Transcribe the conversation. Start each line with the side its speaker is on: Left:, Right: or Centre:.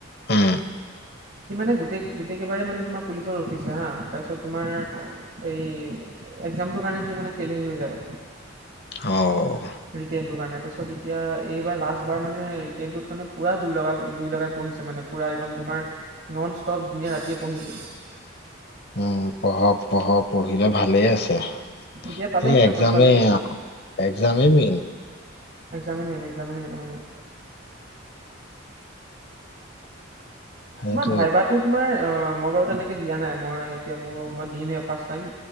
Left: উম,
Right: সি মানে গোটেই গোটেইকেবাৰে মানে তোমাৰ পুলিচত ৰখিছে হা তাৰপিছত তোমাৰ। এই একজামটোৰ কাৰণে সি মানে ফেইল হৈ হৈ যায়।
Left: অঁহ।
Right: ৰিটেণটোৰ কাৰণে তাৰপিছত এতিয়া এইবাৰ লাষ্ট বাৰ মানে ৰিটেণটোত মানে পুৰা জুই লগ জুই লগাই পঢহিছে মানে। পুৰা একদম তোমাৰ নন ষ্টপ দিনে ৰাতিয়ে পঢ়িছে।
Left: উম পঢ়ক পঢ়ক পঢ়িলে ভালে আছে।
Right: এতিয়া পালে
Left: সেই
Right: চাকৰি
Left: একজামেয়
Right: পালে
Left: একজামে main.
Right: Exam main exam main অ
Left: সেইটোৱে
Right: তোমাৰ ভাইবাটো তোমাৰ মই বাৰু তেনেকে দিয়া নাই মই এতিয়া মোৰ মই দিম হে ফাষ্ট টাইম।